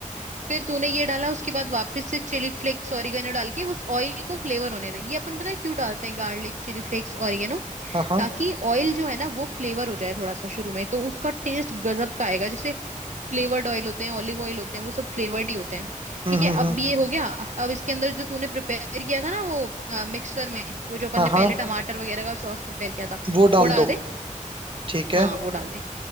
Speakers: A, on the right; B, on the right.
A: फिर तूने ये डाला उसके बाद वापस से चिली फ्लेक्स ऑरिगेनो डाल के उस ऑयल को फ्लेवर होने दे ये अपन पता है क्यों डालते हैं गार्लिक चिली फ्लेक्स ऑरिगेनो
B: हाँ हाँ
A: ताकि ऑयल जो है ना वो फ्लेवर हो जाए थोड़ा सा शुरू में तो उसका टेस्ट गजब का आएगा जैसे फ्लेवर्ड ऑयल होते हैं ऑलिव ऑयल होते हैं वो सब फ्लेवर्ड ही होते हैं
B: हम्म
A: ठीक है
B: हम्म हम्म
A: अब ये हो गया अब इसके अंदर जो तूने प्रिपेयर किया था ना वो मिक्सर में वो जो अपन
B: हाँ
A: ने
B: हाँ
A: पहले टमाटर वगैरह का सॉस प्रिपेयर किया था
B: वो डाल
A: वो डाल
B: दो
A: दे
B: ठीक है
A: हाँ वो डाल दे